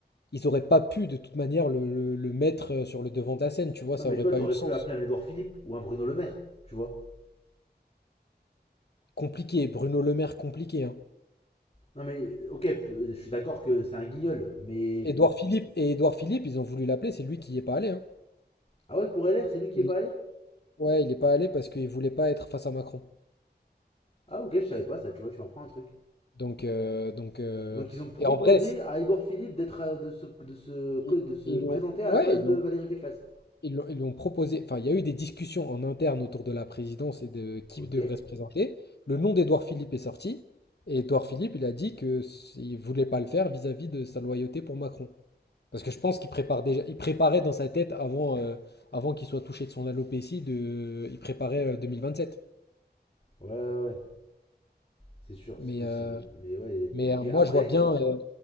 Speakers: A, on the left; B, on the left.
A: Ils auraient pas pu de toute manière le, le- le mettre euh, sur le devant de la scène, tu vois,
B: Non,
A: ça
B: mais
A: aurait
B: tu vois,
A: pas
B: t'aurais
A: eu de sens.
B: pu appeler un Édouard Philippe ou un Bruno Le Maire, tu vois.
A: Compliqué, Bruno Le Maire, compliqué, hein.
B: Non, mais ok, je suis d'accord que c'est un guignol, mais.
A: Édouard Philippe et Édouard Philippe, ils ont voulu l'appeler, c'est lui qui y est pas allé, hein.
B: Ah ouais, pour LR, c'est lui qui
A: Il-
B: est pas allé
A: Ouais, il n'est pas allé parce qu'il voulait pas être face à Macron.
B: Ah ok, je savais pas ça, tu vois, tu m'apprends un truc.
A: Donc, euh, donc euh,
B: Donc ils ont proposé
A: et en vrai, c-
B: à Édouard Philippe d'être euh, de se, de, se, de
A: ils,
B: se
A: ils
B: présenter
A: lui ont,
B: à
A: ouais,
B: la place
A: ils lui
B: de
A: ont,
B: Valérie Pécresse.
A: ils l'ont- ils lui ont proposé. Enfin, il y a eu des discussions en interne autour de la présidence et de qui
B: Ok.
A: devrait
B: Ouais,
A: se présenter. Le nom d'Édouard Philippe est sorti et Édouard Philippe, il a dit que s- il voulait pas le faire vis-à-vis de sa loyauté pour Macron. Parce que je pense qu'il prépare déjà, il préparait dans sa tête avant, euh, avant qu'il soit touché de son alopécie, de, il préparait euh, 2027.
B: ouais, ouais. C'est sûr,
A: Mais,
B: c'est possible.
A: euh,
B: Mais ouais.
A: mais euh,
B: Et,
A: moi,
B: après,
A: je vois bien. euh,